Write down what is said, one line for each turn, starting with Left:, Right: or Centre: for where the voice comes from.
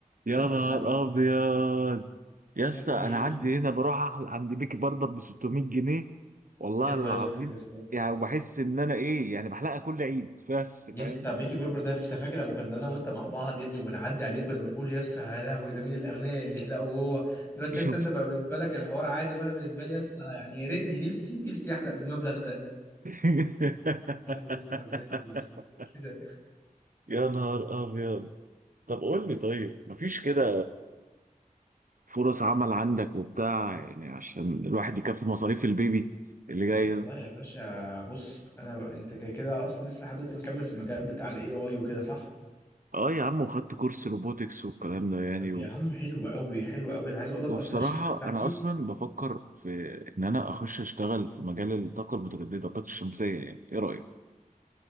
Right: يا
Left: يا اسطى
Right: نهار ابيض يا
Left: يا
Right: اسطى
Left: ابني
Right: انا عندي هنا بروح أحل- عند بيكي بربر ب 600 جنيه والله
Left: يا نهار
Right: العظيم
Left: اسود يا اسطى
Right: يعني وبحس ان انا ايه يعني بحلقها كل عيد بس
Left: يا
Right: فاهم
Left: اسطى بيكي باربر ده انت فاكر لما كنا انا وانت مع بعض يا ابني وبنعدي عليه كنا بنقول يا اسطى يا لهوي ده مين الاغنياء اللي يحلقوا جوه دلوقتي يا
Right: شوف
Left: اسطى انت بقى بالنسبه لك الحوار عادي وانا بالنسبه لي يا اسطى يعني يا ريتني نفسي نفسي احلق بالمبلغ ده
Right: <laughs>
Left: يا يا اسطى بجد يخرب بيت
Right: يا نهار ابيض طب قول
Left: كده
Right: لي طيب مفيش كده فرص عمل عندك وبتاع يعني عشان الواحد يكفي مصاريف البيبي اللي جاي
Left: والله
Right: ده
Left: يا باشا بص انا انت كده كده اصلا لسه لحد دلوقتي مكمل في المجال بتاع الاي اي وكده صح
Right: اه يا عم وخدت كورس روبوتكس والكلام ده يعني
Left: طب
Right: و...
Left: يا عم حلو قوي حلو قوي انا عايز اقول لك
Right: وبصراحة
Left: اصلا الشركه بتاعتي
Right: أنا أصلا بفكر في إن أنا أخش أشتغل في مجال الطاقة المتجددة الطاقة الشمسية يعني إيه رأيك؟